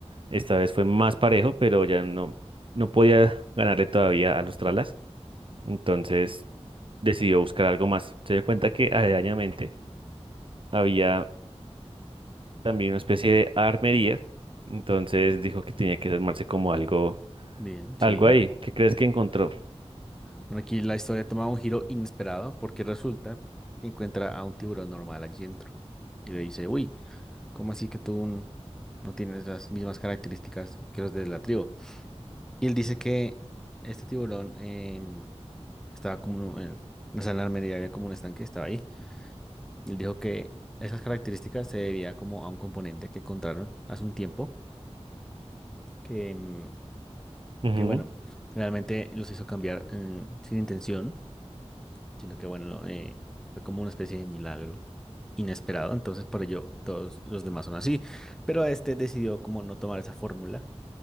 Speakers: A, on the right; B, in the centre.
A: esta vez fue más parejo, pero ya no, no podía ganarle todavía a los tralas, entonces decidió buscar algo más. Se dio cuenta que aledañamente había también una especie de armería. Entonces dijo que tenía que armarse como algo,
B: Bien,
A: algo
B: sí.
A: ahí. ¿Qué crees que encontró?
B: Bueno, aquí la historia toma un giro inesperado porque resulta que encuentra a un tiburón normal allí dentro. Y le dice, uy, ¿cómo así que tú n- no tienes las mismas características que los de la tribu? Y él dice que este tiburón em, estaba como en, una sé, en armería había como un estanque, estaba ahí. Y él dijo que esas características se debía como a un componente que encontraron hace un tiempo que, mm,
A: Ujú,
B: que bueno, realmente los hizo cambiar eh, sin intención, sino que bueno, eh, fue como una especie de milagro inesperado, entonces por ello todos los demás son así, pero este decidió como no tomar esa fórmula